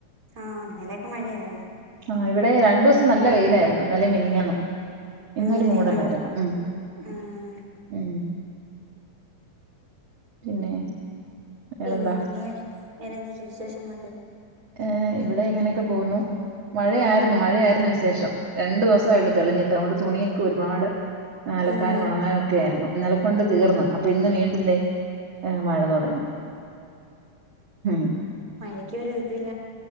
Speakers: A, on the right (about 25°); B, on the right (about 45°).
A: ആഹ് ഇന്നലെയൊക്കെ മഴയായിരുന്ന്.
B: ആ ഇവിടെ രണ്ടു ദിവസം നല്ല വെയിലായിരുന്ന് ന്നലേം മിനിഞ്ഞാന്നും. ഇന്നൊരു
A: ആന്നല്ലേ
B: മൂടലായിരുന്നു.
A: ആഹ്
B: ഉം
A: ആഹ്
B: ഊ പിന്നെ വേറെന്താ
A: പിന്നെ വേറെ വേറെന്താ വിശേഷങ്ങളൊക്കെ
B: ഏ ഇവിടെ ഇങ്ങനെയൊക്കെ പോവുന്നു മഴയായിരുന്നു മഴയായിരുന്നു വിശേഷം രണ്ടു ദിവസെ ആയുള്ളു തെളിഞ്ഞിട്ട് അതുകൊണ്ട് തുണിയൊക്കെ ഒരുപാട് അലക്കാനും
A: ആഹ്
B: ഉണങ്ങാനും ഒക്കെ ആയിരുന്നു ഇന്നലെക്കൊണ്ട് തീർന്ന്
A: ആഹ്
B: അപ്പൊ ഇന്ന് വീണ്ടും ദേ മഴ തുടങ്ങി ഉം
A: മഴക്കൊരു ഇതില്ല